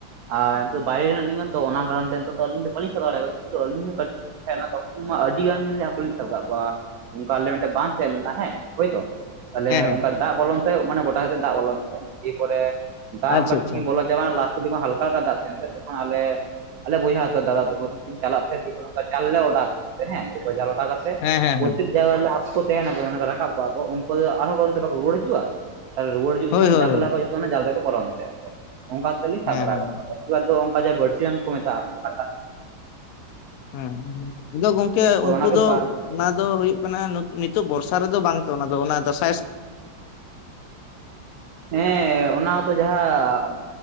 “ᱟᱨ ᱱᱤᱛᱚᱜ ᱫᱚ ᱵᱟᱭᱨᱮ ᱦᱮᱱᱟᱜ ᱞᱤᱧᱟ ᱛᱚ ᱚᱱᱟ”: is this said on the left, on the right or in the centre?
Right